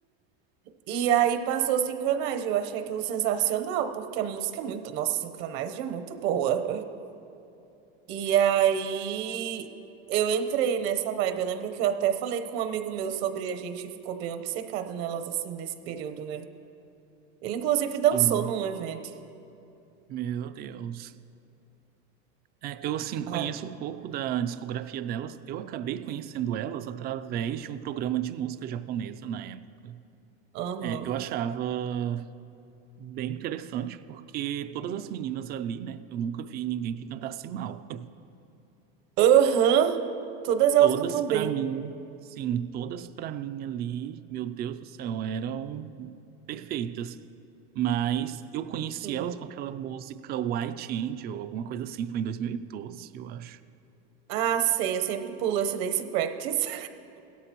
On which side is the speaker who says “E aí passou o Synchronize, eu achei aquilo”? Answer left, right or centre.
Right